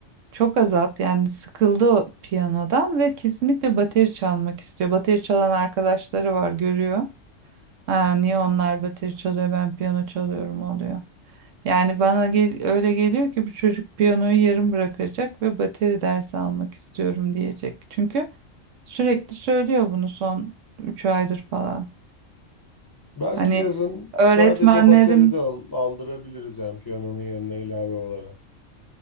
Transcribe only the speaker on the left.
Belki
yazın
sadece bateri de al- aldırabiliriz yani piyanonun yanına ilave olarak.